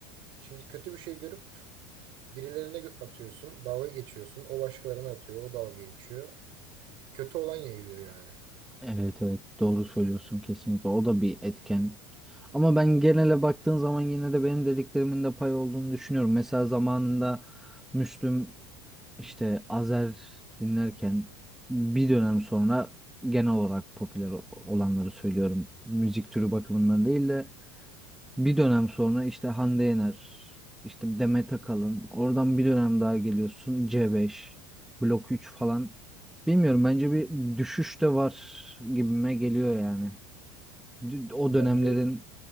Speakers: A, on the right; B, in the centre.
A: Şimdi kötü bir şey görüp birilerine gö- atıyorsun, dalga geçiyorsun. O başkalarına atıyor, o dalga geçiyor. Kötü olan yayılıyor yani.
B: Evet evet doğru söylüyorsun kesinlikle. O da bir etken. Ama ben genele baktığın zaman yine de benim dediklerimin de pay olduğunu düşünüyorum. Mesela zamanında Müslüm işte Azer dinlerken bir dönem sonra genel olarak popüler o- olanları söylüyorum. Müzik türü bakımından değil de Bir dönem sonra işte Hande Yener, işte Demet Akalın, oradan bir dönem daha geliyorsun C5, Blok 3 falan. Bilmiyorum bence bir düşüş de var gibime geliyor yani. D- O
A: Bence
B: dönemlerin